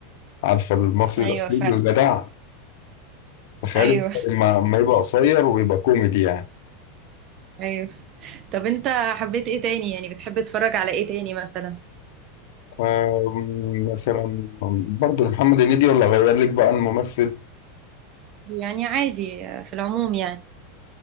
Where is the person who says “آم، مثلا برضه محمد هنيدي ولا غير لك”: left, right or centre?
Left